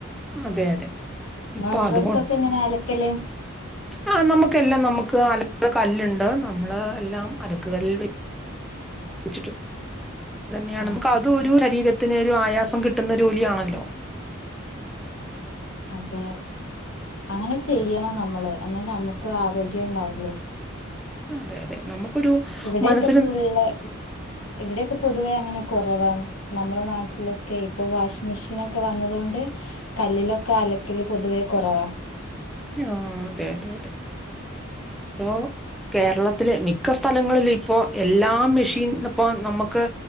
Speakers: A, in the centre; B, on the left (about 80°).
A: അതെ അതെ ഇപ്പൊ
B: ആഹ് ഡ്രസ്സൊക്കെ
A: അതുകൊണ്ട്
B: എങ്ങനെ അലക്കല്
A: ആ നമുക്കെല്ലാം നമുക്ക് അല്ലക്കുന്ന കല്ലുണ്ട് നമ്മള് എല്ലാം അലക്ക് കല്ല് വെച്ചിട് അ തന്നെയാണ്
B: ആ ആ,
A: അത് ഒരു ശരീരത്തിന് ഒരു ആയാസം കിട്ടുന്ന ജോലിയാണല്ലോ
B: അതെ അങ്ങനെ ചെയ്യണം നമ്മള് എന്നാലെ നമുക്ക് ആരോഗ്യം ഉണ്ടാവുള്ളു
A: അതെ അതെ നമുക്കൊരു
B: ഇവിടെയൊക്കെ
A: മനസ്സിന്
B: ഫുള്ള് ഇവിടെയൊക്കെ പൊതുവേ അങ്ങനെ കുറവാണ്. നമ്മളെ നാട്ടിലൊക്കെ ഇപ്പൊ വാഷിംഗ് മെഷീക്കെ വന്നതു കൊണ്ട് കല്ലിലൊക്കെ അലക്കല് പൊതുവേ കുറവാ
A: ആഹ് അതെ അതെ ഓ കേരളത്തിലെ മിക്ക സ്ഥലങ്ങളിലും ഇപ്പോ എല്ലാം മെഷീൻ ഇപ്പൊ നമുക്ക്